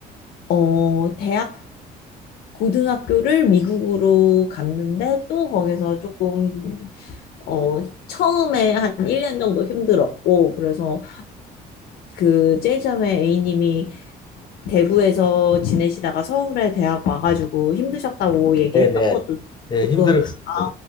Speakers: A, on the left (about 65°); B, on the left (about 25°).
A: 어, 대학 고등학교를 미국으로 갔는데 또 거기서 조금 어 처음에 한 1년 정도 힘들었고 그래서 그 제일 처음에 A님이 대구에서 지내시다가 서울에 대학 와가지고 힘드셨다고 얘기했던
B: 네네.
A: 것도
B: 네,
A: 조금
B: 힘들었습니다.
A: 아